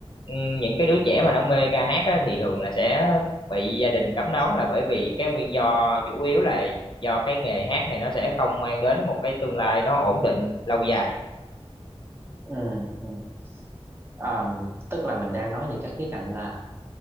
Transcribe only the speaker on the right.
ừ, ừ. À, tức là mình đang nói về cái khía cạnh là